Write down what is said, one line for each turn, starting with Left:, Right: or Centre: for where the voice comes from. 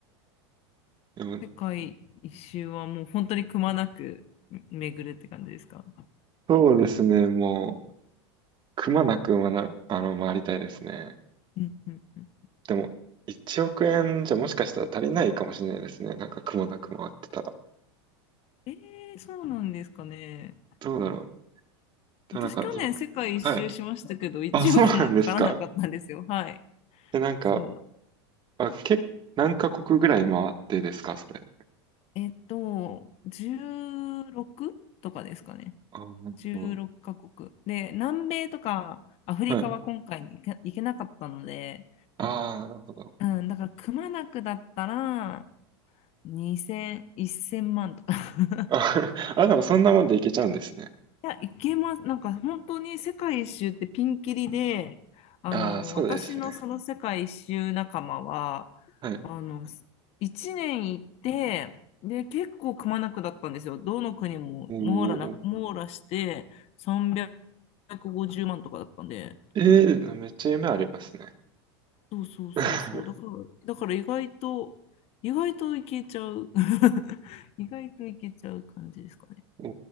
Right: でも、
Left: 世界一周はもう本当にくまなく巡るって感じですか
Right: そうですね、もう、くまなくまな、あの、回りたいですね。
Left: うんうんうん。
Right: でも、1億円じゃもしかしたら足りないかもしれないですね。なんかくまなく回ってたら。
Left: えー、そうなんですかね。
Right: どうだろう。でもなんか、
Left: 私去年世界一周しましたけど、
Right: 僕、はい。
Left: 1億もかからなかったんですよ。
Right: あ、そうなんですか
Left: はい。
Right: え、なんか、
Left: そう。
Right: あ、け、何カ国ぐらい回ってですか、それ。
Left: えっと、16とかですかね。
Right: あ、なるほど。
Left: 16カ国。で、南米とかアフリカは今回に行け、
Right: はい。
Left: 行けなかったので、
Right: ああ、なるほど。
Left: うん、だからくまなくだったら2000、1000万とか <laughs>
Right: あ、<laughs> あ、でもそんなもんでいけちゃうんですね。
Left: いや、行けます。なんか本当に世界一周ってピンキリで、あの、
Right: ああ、そうですね。
Left: 私のその世界一周仲間は、
Right: はい。
Left: あの、1年行って、で、結構くまなくだったんですよ。どの国も網羅な、
Right: おお。
Left: 網羅して350万とかだったんで、
Right: ええーめっちゃ夢ありますね。
Left: そうそうそうそう。
Right: <laughs>
Left: だから、だから意外と、意外といけちゃう。<laughs> 意外といけちゃう感じですかね。
Right: お